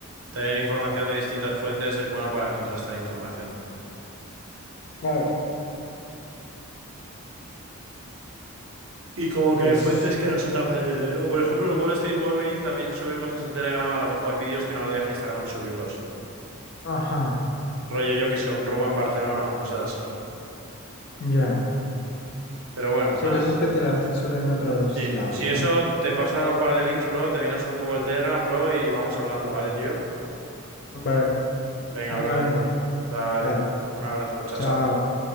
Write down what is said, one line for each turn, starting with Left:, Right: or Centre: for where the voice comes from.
Right: tener información de distintas fuentes es bueno para contrastar información.
Left: Claro,
Right: Y como
Left: pues,
Right: que hay fuentes que no son tan fáciles de ver. O por ejemplo, el Wall Street Wolverine también sube cosas en Telegram, a lo mejor vídeos que no le deja Instagram subirlos.
Left: ajá,
Right: Rollo yo que sé, un robo en Barcelona o cosas así.
Left: ya.
Right: Pero bueno,
Left: Sí,
Right: nada.
Left: cosas que te las censuran en otros
Right: Sí,
Left: lados,
Right: si
Left: ¿no?
Right: eso te paso ahora un par de links, bro, te miras un poco el Telegram, bro, y vamos hablando, ¿vale, tío?
Left: Vale,
Right: Venga,
Left: venga,
Right: brother.
Left: venga,
Right: Dale.
Left: dale.
Right: Un abrazo. Chao,
Left: Chao.
Right: chao.